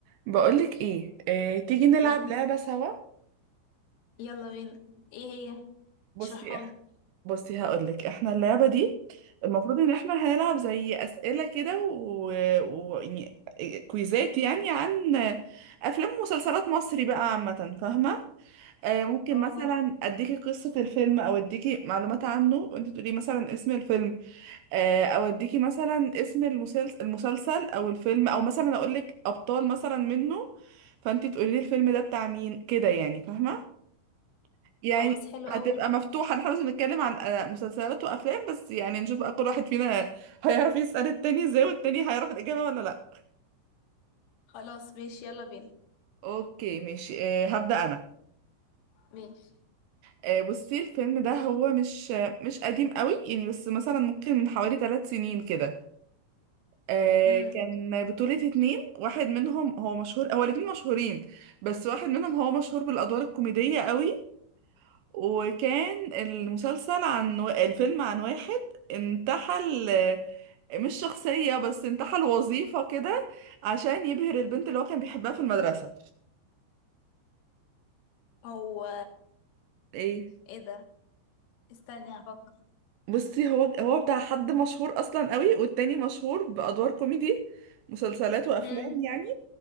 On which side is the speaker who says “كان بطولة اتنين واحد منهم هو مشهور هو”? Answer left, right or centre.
Right